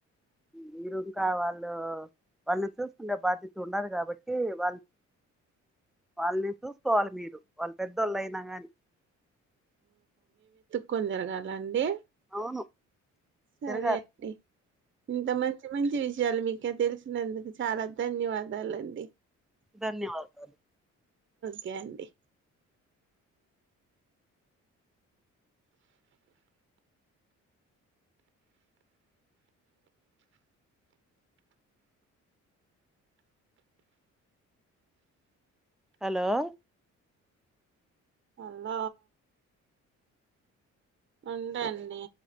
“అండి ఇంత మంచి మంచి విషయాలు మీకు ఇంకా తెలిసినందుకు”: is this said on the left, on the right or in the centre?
Right